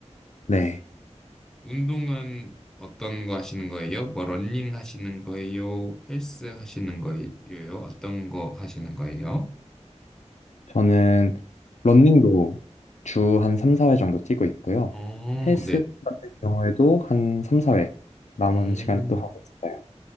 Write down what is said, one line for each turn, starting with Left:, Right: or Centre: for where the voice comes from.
Left: 네,
Centre: 운동은 어떤 거 하시는 거예요? 뭐 러닝 하시는 거예요? 헬스 하시는 거예요? 어떤 거 하시는 거예요?
Left: 저는 러닝도 주 한 3, 4회 정도 뛰고 있고요.
Centre: 어,
Left: 헬스 같은 경우에도 한 3, 4회 남은
Centre: 네.
Left: 시간에
Centre: 음,
Left: 또 하고 있어요.